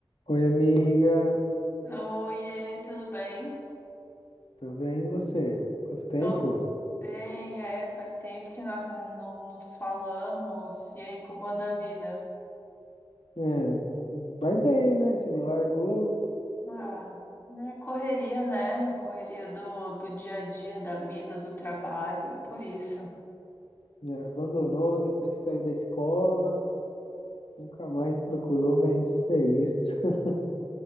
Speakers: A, on the left; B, on the left.
A: Oi, amiga,
B: Oiê, tudo bem?
A: tudo bem e você? Quanto tempo?
B: Tô bem, é, faz tempo que nós não não nos falamos. E aí, como anda a vida?
A: É, vai bem, né? Você me largou,
B: Ah, é correria, né? Correria do, do dia a dia, da vida, do trabalho, é por isso.
A: me abandonou depois que saiu da escola, nunca mais me procurou, mas é isso. <laughs>